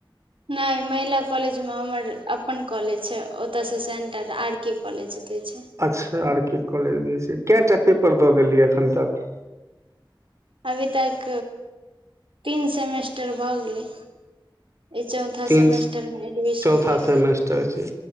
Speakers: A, on the right; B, on the right.
A: नहि महिला कॉलेज मे हमर अपन कॉलेज छै ओतय से सेंटर आर के कॉलेज दै छै
B: अच्छा आर के कॉलेज जे छै कए टा पेपर दऽ देलियै एखन तक
A: अभी तक तीन सेमेस्टर भऽ गेलै ई चौथा
B: तीन
A: सेमेस्टर मे एडमिशन
B: चौथा
A: लेलियै
B: सेमेस्टर छै